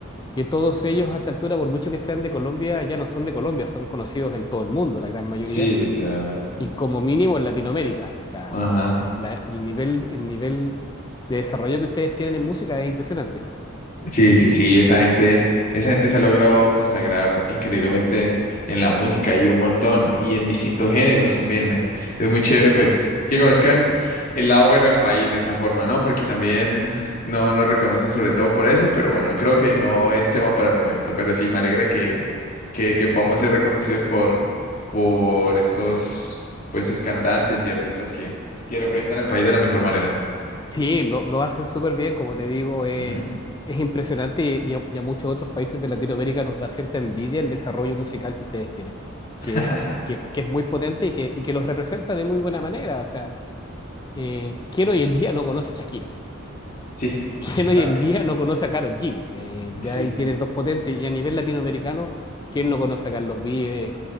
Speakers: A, on the left (about 20°); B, on the left (about 40°).
A: que todos ellos a esta altura, por mucho que sean de Colombia, ya no son de Colombia, son conocidos en todo el mundo, la gran mayoría,
B: Sí, literalmente.
A: y como mínimo en Latinoamérica. O sea,
B: Ajá.
A: la- el nivel, el nivel de desarrollo que ustedes tienen en música es impresionante.
B: Sí, sí, sí, esa gente, esa gente se ha logrado consagrar increíblemente en la música y un montón, y en distintos géneros también. eh. Es muy chévere, pues, que conozcan el lado bueno del país de esa forma, ¿no? Porque también no nos reconocen sobre todo por eso, pero bueno, creo que no es tema para el momento. Pero sí, me alegra que, que, que podamos ser reconocidos por, por estos, por estos cantantes y artistas que, que representan el país de la mejor manera.
A: Sí, lo, lo hacen súper bien, como te digo, eh,
B: Ujú.
A: es impresionante y, y a, y a muchos otros países de Latinoamérica nos da cierta envidia el desarrollo musical que ustedes tienen, que
B: <laughs>
A: es, que, que es muy potente y que, y que los representa de muy buena manera. O sea, eh, ¿quién hoy en día no conoce a Shakira?
B: Sí,
A: ¿Quién
B: <laughs>
A: hoy
B: también.
A: en día no conoce a Karol G? Eh, ya
B: Sí.
A: ahí
B: sí.
A: tienes dos potentes. Y a nivel latinoamericano, ¿quién no conoce a Carlos Vives?